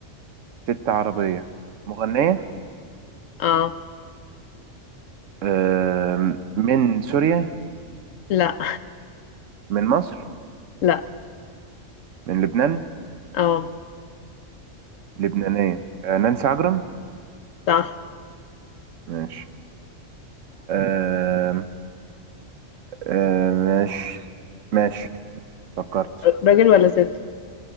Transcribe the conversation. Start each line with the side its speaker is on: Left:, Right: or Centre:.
Right: ست عربية مغنية
Left: اه
Right: آه من سوريا
Left: لا
Right: من مصر
Left: <laughs> لا
Right: من لبنان
Left: اه
Right: لبنانية آه نانسي عجرم
Left: صح
Right: ماشي آه آه ماشي ماشي فكرت
Left: راجل ولا ست